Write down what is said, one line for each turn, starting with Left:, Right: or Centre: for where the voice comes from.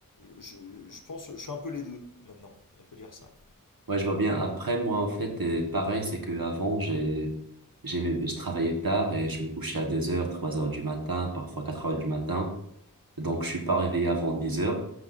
Left: je, je pense, je suis un peu les deux maintenant. On peut dire ça.
Right: Ouais, je vois bien. Après, moi, en fait, euh, pareil, c'est que avant, j'ai, j'aimais, je travaillais tard et je me couchais à 2 heures, 3 heures du matin, parfois 4 heures du matin. Donc, je suis pas réveillé avant 10 heures.